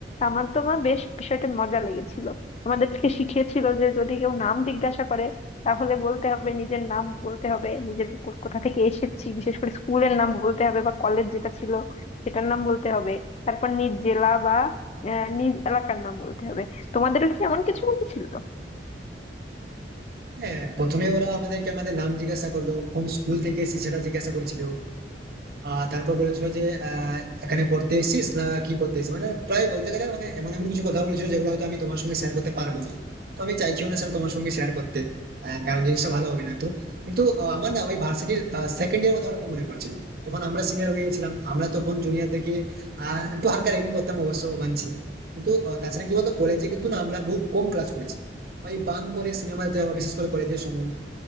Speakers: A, on the left; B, on the right.
A: আমার তো মা বেশ বিষয়টা মজা লেগেছিল আমাদেরকে শিখিয়েছিল যে যদি কেউ নাম জিজ্ঞাসা করে তাহলে বলতে হবে নিজের নাম বলতে হবে নিজের কো- কোথা থেকে এসেছি বিশেষ করে স্কুলের নাম বলতে হবে বা কলেজ যেটা ছিল সেটার নাম বলতে হবে তারপর নিজ জেলা বা আহ, নিজ এলাকার নাম বলতে হবে তোমাদেরও কি এমন কিছু বলেছিল
B: হ্যাঁ প্রথমে ওরা আমাদেরকে আমাদের নাম জিজ্ঞাসা করলো কোন স্কুল থেকে এসেছি সেটা জিজ্ঞাসা করেছিল আহ তারপর বলেছিল যে আহ এখানে পড়তে এসেছিস না কি করতে এসেছিস মানে প্রায় বলতে গেলে মানে এমন এমন কিছু কথা বলেছিল যেগুলো হয়তো আমি তোমার সঙ্গে শেয়ার করতে পারবো না তো আমি চাইছিও না স্যার তোমার সঙ্গে শেয়ার করতে আহ, কারণ জিনিসটা ভালো হবে না তো কিন্তু আহ, আমার না ওই ভার্সিটির সেকেন্ড ইয়ার কথা খুব মনে পড়ছে যখন আমরা সিনিয়র হয়ে গেছিলাম আমরা তখন জুনিয়রদেরকে আহ একটু হালকা র্যাগিং করতাম অবশ্য মানছি কিন্তু আহ, তাছাড়া কি বলতো কলেজে কিন্তু না আমরা বহু কম ক্লাস করেছি ওই বাং করে সিনেমাতে বিশেষ করে কলেজের সময়